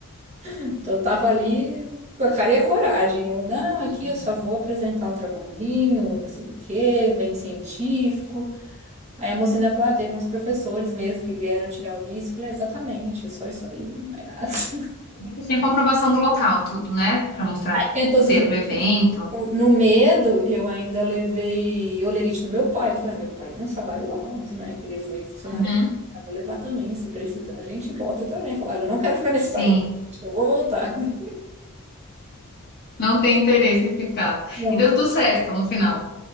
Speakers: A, on the right (about 30°); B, on the left (about 45°).
A: Então, eu tava ali com a cara e a coragem. Eu, não, aqui
B: Uhum.
A: eu só vou apresentar o trabalhinho, não sei o quê, vem científico. Aí a moça ainda falou, ah, teve uns professores mesmo que vieram tirar o visto. Eu Falei, exatamente, só isso aí, não é nada. <laughs>
B: Você tem comprovação do local, tudo, né? Para mostrar
A: Tinha todos
B: que você
A: os
B: ia
A: documentos.
B: pro evento.
A: No medo, eu ainda levei olerite do meu pai. Eu falei, ah, meu pai tem um salário alto, né? Que ele foi funcionário
B: Uhum.
A: público. Eu Vou levar também, se precisar, a gente bota também. Falar, olha, eu não quero ficar nesse
B: Sim.
A: país, eu vou voltar. <laughs>
B: Não tem interesse em ficar.
A: Não,
B: E deu tudo certo no final.